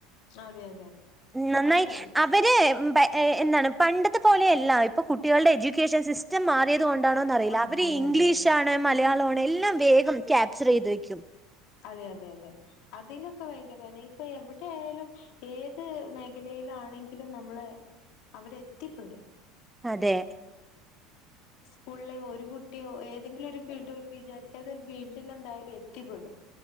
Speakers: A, on the left (about 65°); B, in the centre.
A: അതെ അതെ
B: നന്നായി
A: അതെ അതെ
B: അവര് എന്താണ് പണ്ടത്തെ പോലെയല്ല. അപ്പൊ കുട്ടികളുടെ എഡ്യൂക്കേഷൻ സിസ്റ്റം മാറിയത് കൊണ്ടാണോന്ന് അറിയില്ല
A: അതെ
B: അവര്
A: അതെ
B: ഇംഗ്ലീഷാണ്.
A: അതെ
B: മലയാള എല്ലാം വേഗം ക്യാപ്ചർ ചെയ്ത് വയ്ക്കും.
A: അതെ അതെ അതെ അതിലൊക്കെ ഭയങ്കരാണ്. ഇപ്പൊ എവിടെ ആയാലും ഏത് മേഖലയിലാണെങ്കിലും നമ്മള് അവര് എത്തിപ്പെടും.
B: അതെ
A: <unintelligible> ഒരു കുട്ടിയോ ഏതെങ്കിലും ഒരു ഫീൽഡ് പോലും വിചാരിക്കാതെ ഒരു ഫീൽഡിൽ എന്തായാലും എത്തിപ്പെടും